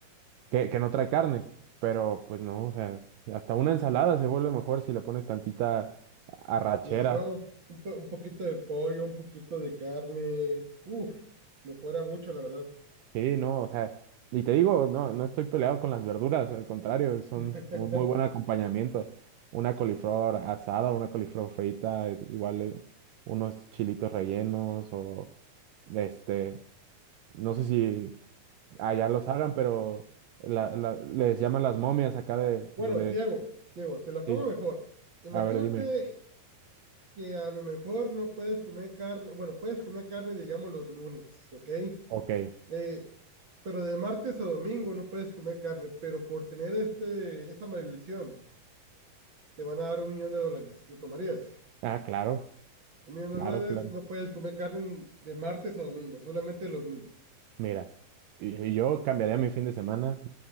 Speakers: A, on the right; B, on the right.
A: que, que no trae carne, pero pues no, o sea, hasta una ensalada se vuelve mejor si le pones tantita arrachera.
B: Claro, un, po- un poquito de pollo, un poquito de carne. Uf, mejora mucho, la verdad.
A: Sí, no, o sea, y te digo, no, no estoy peleado con las verduras, al contrario, son
B: <laughs>
A: un muy buen acompañamiento. Una coliflor asada, una coliflor frita, eh, igual eh, unos chilitos rellenos o este, no sé si allá los hagan, pero la- la- les llaman las momias acá de
B: Bueno,
A: donde,
B: Diego, Diego, te la pongo
A: sí,
B: mejor. Imagínate
A: a ver, dime,
B: que a lo mejor no puedes comer carne, bueno, puedes comer carne, digamos, los lunes, ¿ok?
A: ok.
B: Eh, pero de martes a domingo no puedes comer carne, pero por tener este, esta maldición te van a dar un millón de dólares. ¿Lo tomarías?
A: Ah, claro,
B: Un millón
A: claro,
B: de dólares,
A: claro.
B: no puedes comer carne de martes a domingo, solamente los lunes.
A: Mira, y- y yo cambiaría mi fin de semana